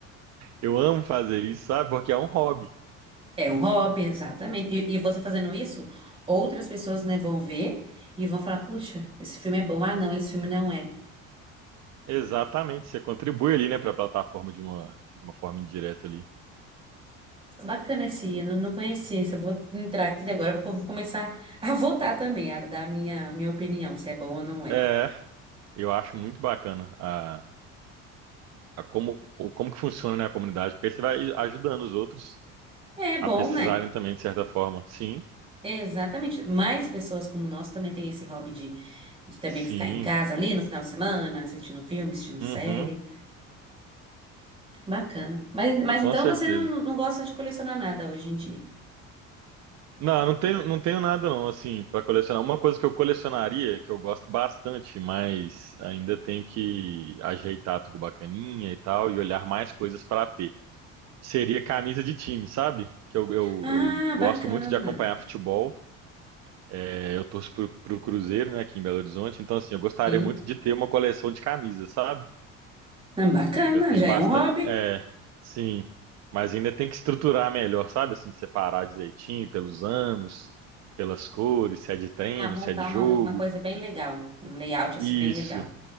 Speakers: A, on the right; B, on the right.
A: Eu amo fazer isso, sabe? Porque é um hobby.
B: É um hobby, exatamente. E, e você fazendo isso, outras pessoas, né, vão ver e vão falar: puxa, esse filme é bom. Ah, não, esse filme não é.
A: Exatamente, você contribui ali, né, para a plataforma de uma, de uma forma indireta ali.
B: Bacana esse, eu não, não conhecia esse. Eu vou entrar aqui agora, eu vou, vou começar a <laughs> votar também, a dar a minha, minha opinião, se é bom ou não é.
A: É, eu acho muito bacana a, a como, o- como que funciona, né, a comunidade, porque aí você vai ajudando os outros
B: É bom,
A: a pesquisarem
B: né?
A: também, de certa forma. Sim,
B: É, Exatamente. Mais pessoas como nós também têm esse hobby de, de também
A: sim,
B: ficar em casa ali no final de semana, assistindo filme, assistindo série.
A: uhum,
B: Bacana. Mas, mas
A: com
B: então
A: certeza.
B: você não, não gosta de colecionar nada hoje em dia?
A: Não, não tenho, não tenho nada não, assim, para colecionar. Uma coisa que eu colecionaria, que eu gosto bastante, mas ainda tenho que ajeitar tudo bacaninha e tal, e olhar mais coisas para ter. Seria camisa de time, sabe? Que eu, eu,
B: Ah,
A: eu gosto
B: bacana.
A: muito de acompanhar futebol. É, eu torço pro, pro Cruzeiro, né, aqui em Belo Horizonte. Então, assim, eu gostaria
B: Sim.
A: muito de ter uma coleção de camisas, sabe?
B: Ah, Bacana,
A: Eu tenho
B: já é
A: bastante.
B: um hobby.
A: É, sim. Mas ainda tem que estruturar melhor, sabe? Assim, separar direitinho pelos anos, pelas cores, se é de treino,
B: Ah, montar
A: se é de
B: uma,
A: jogo.
B: uma coisa bem legal. Um layout assim
A: Isso,
B: bem legal.